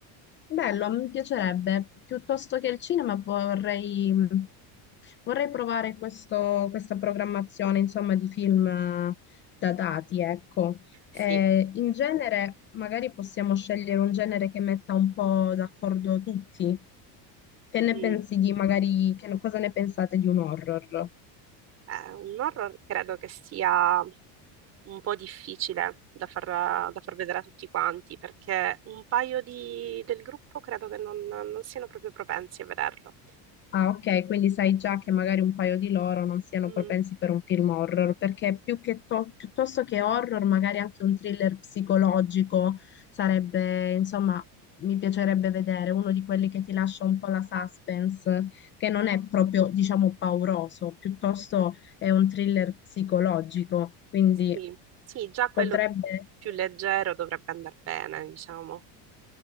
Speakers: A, on the left (about 25°); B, on the right (about 35°).
A: Bello, mi piacerebbe. Piuttosto che il cinema vorrei, mm, vorrei provare questo- questa programmazione, insomma, di film eh, datati, ecco.
B: Sì.
A: Eh, in genere, magari possiamo scegliere un genere che metta un po' d'accordo tutti. Che ne
B: Mm.
A: pensi di, magari, che, cosa ne pensate di un horror?
B: Eh, un horror credo che sia. un po' difficile da far, da far vedere a tutti quanti, perché un paio di- del gruppo credo che non, non siano proprio propensi a vederlo.
A: Ah, ok, quindi sai già che magari un paio di loro non siano
B: Mm,
A: propensi per un film horror, perché più che to- piuttosto che horror, magari anche un thriller psicologico sarebbe, insomma, mi piacerebbe vedere uno di quelli che ti lascia un po' la suspense, che non è proprio, diciamo, pauroso, piuttosto è un thriller psicologico, quindi
B: sì, sì, già quello
A: potrebbe... essere.
B: più leggero dovrebbe andare bene, diciamo.